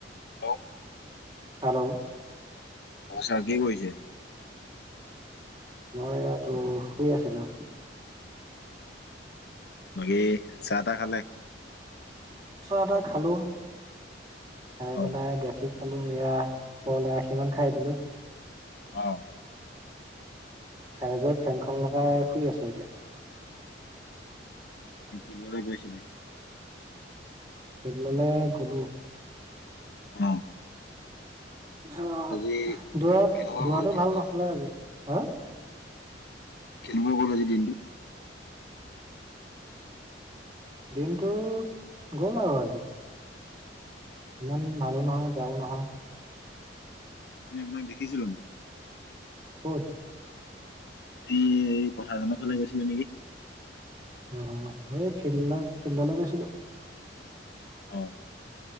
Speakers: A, on the left; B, on the right.
A: Hello.
B: Hello.
A: অ sir কি কৰিছে।
B: মই ইাতো শুই আছিলো।
A: বাকী চাহ তাহ খালে।
B: এটা খালো খাই পেলাই
A: অ
B: দেখি। খালো এয়া কলে আশি মমান খাই দিলো।
A: অ।
B: চাই গৈ ফেনখন লগাই শুই আছো এতিয়া।
A: তিটিবলে গৈছিলে।
B: হেতুললে গলো।
A: অ।
B: তাৰপিছত
A: আজি
B: দৰা
A: কেনেকুৱা
B: দৰাটো
A: গ'ল দিনটো?
B: ভাল নহলে আজি হা।
A: কেনেকুৱা কৰো আজি দিনটো।
B: দিনটো গ'ল আৰু আজি। ইমান ভালো নহয় বেয়াও নহয়।
A: আপনি আপোনাক দেখিছিলো।
B: কত।
A: তী এই কথা জনৰ ফালে গৈছিলে নেকি।
B: অ এই ফিল্ড ফিল্ডলৈ গৈছিলো।
A: অ।